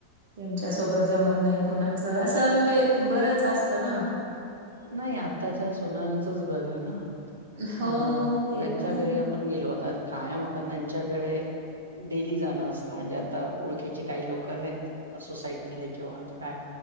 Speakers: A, on the right (about 55°); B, on the right (about 75°).
A: त्यांच्यासोबत जमत नाही कोणाचं, असं म्हणजे बरंच असतना.
B: नाही आत्ताच्या सुनांचंच बघा ना.
A: हो
B: अं
A: ते
B: त्यांच्या
A: पण आहे
B: घरी आपण गेलो, आता कायम आपण त्यांच्याकडे डेली जाणं असतं म्हणजे आता ओळखीचे काही लोक आहेत सोसायटीतले किंवा आता काय.